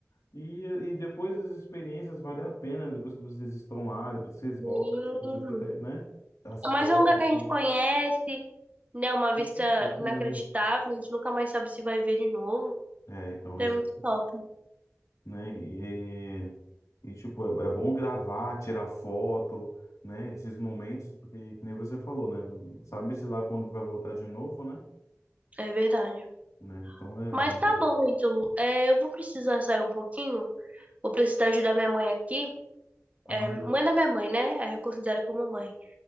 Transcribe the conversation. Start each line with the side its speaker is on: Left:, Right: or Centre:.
Left: E, e depois as experiências valem a pena, né? Depois que vocês estão lá, depois que vocês voltam,
Right: Hum,
Left: tipo, vocês fica até, né? As fotos,
Right: mas é um lugar que a gente conhece, né, uma vista
Left: isso, isso
Right: inacreditável,
Left: mesmo.
Right: a gente nunca mais sabe se vai ver de novo.
Left: É, então,
Right: É
Left: esse.
Right: muito top,
Left: né? E, e, tipo, é, é bom gravar, tirar foto, né? Esses momentos, porque, que nem você falou, né? Sabe-se lá quando vai voltar de novo, né?
Right: é verdade.
Left: Né? Então é.
Right: Mas
Left: é-
Right: tá bom, então, é, eu vou precisar sair um pouquinho, vou precisar ajudar minha mãe aqui.
Left: Ah,
Right: É, mãe da minha mãe, né? Aí eu considero como mãe.